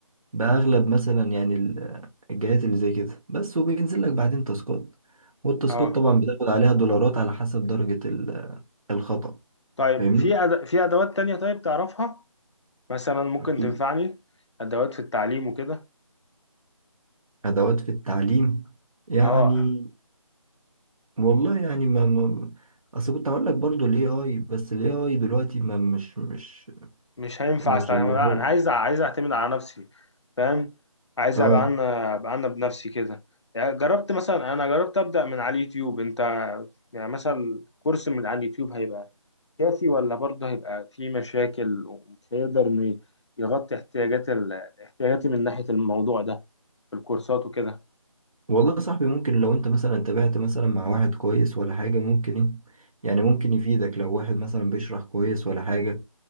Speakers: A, on the right; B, on the left.
A: باغلب مثلا يعني ال- الجهات اللي زي كده بس وبينزل لك بعدين تاسكات والتاسكات
B: اه
A: طبعا بتاخد عليها دولارات على حسب درجة ال- الخطأ
B: طيب
A: فاهمني
B: في أد... في ادوات تانية طيب تعرفها مثلا ممكن
A: في
B: تنفعني ادوات في التعليم وكده
A: ادوات في التعليم يعني
B: اه
A: والله يعني ما, ما اصل كنت هقول لك برضو الاي اي بس الاي اي دلوقتي ما مش مش
B: مش هينفع
A: مش
B: استعمل
A: اللي هو
B: لا انا عايز عايز اعتمد على نفسي فاهم عايز
A: اه
B: ابقى انا ابقى انا بنفسي كده يعني جربت مثلا انا جربت ابدا من على اليوتيوب انت يعني مثلا كورس من على اليوتيوب هيبقى سياسي ولا برضه هيبقى في مشاكل ومش هيقدر إنه يغطي احتياجات ال... احتياجاتي من ناحية الموضوع ده في الكورسات وكده
A: والله يا صاحبي ممكن لو انت مثلا تابعت مثلا مع واحد كويس ولا حاجة ممكن ايه يعني ممكن يفيدك لو واحد مثلا بيشرح كويس ولا حاجة